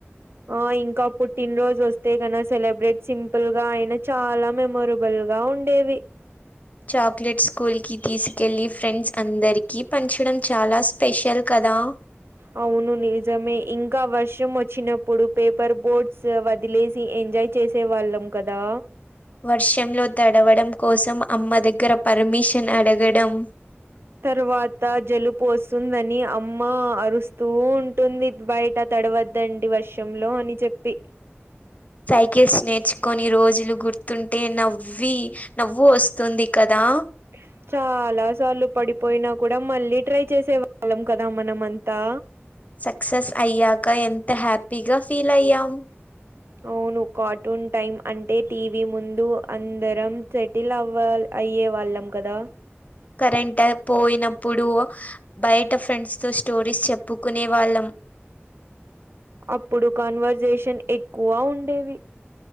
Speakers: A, on the right; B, on the left.
A: ఆ ఇంకా పుట్టినరోజు వస్తే కన సెలబ్రేట్ సింపుల్ గా అయినా చాలా మెమర బుల్ గా ఉండేవి
B: చాక్లెట్ స్కూల్ కి తీసుకెల్లి ఫ్రెండ్స్ అందరికీ పంచడం చాలా స్పెషల్ కదా
A: ఆ అవును నిజమే ఇంకా వర్షం వచ్చినప్పుడు పేపర్ బోర్డ్స్ వదిలేసి ఎంజాయ్ చేసే వాళ్ళం కదా
B: వర్షంలో తడవడం కోసం అమ్మ దగ్గర పర్మిషన్ అడగడం
A: తర్వాత జలుబు వస్తుందని అమ్మ అరుస్తూ ఉన్ ఉంటుంది బయట తడవద్దండి వర్షంలో అని చెప్పి
B: సైకిల్స్ నేర్చుకొని రోజులు గుర్తుంటే నవ్వి నవ్వు వస్తుంది కదా
A: ఆ చాలా సార్లు పడిపోయినా కూడా మళ్ళీ ట్రై చేసే వాళ్ళం కదా మనం అంతా.
B: సక్సెస్ అయ్యాక ఎంత హ్యాపీగా ఫీల్ అయ్యాం
A: అవును కార్టూన్ టైం అంటే టీవీ ముందు అందరం సెటిల్ అవ్వాల్ అయ్యే వాళ్ళం కదా
B: కరెంట్ పోయినప్పుడు బయట ఫ్రెండ్స్ తో స్టోరీస్ చెప్పుకునే వాళ్ళం
A: అప్పుడు కన్వర్సేషన్ ఎక్కువ ఉండేవి